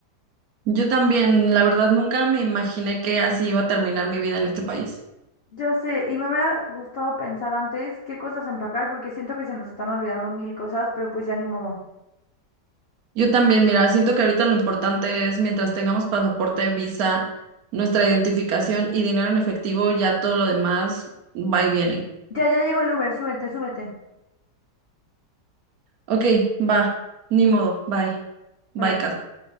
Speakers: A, on the right; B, on the left.
A: Yo también, la verdad, nunca me imaginé que así iba a terminar mi vida en este país.
B: Yo sé, y me hubiera gustado pensar antes qué cosas empacar, porque siento que se nos están olvidando mil cosas, pero pues ya ni modo.
A: Yo también, mira, siento que ahorita lo importante es mientras tengamos pasaporte, visa, nuestra identificación y dinero en efectivo, ya todo lo demás va y viene.
B: Ya, ya llegó el Uber, súbete, súbete.
A: Ok, va, ni modo, bye. Bye,
B: Bye.
A: casa.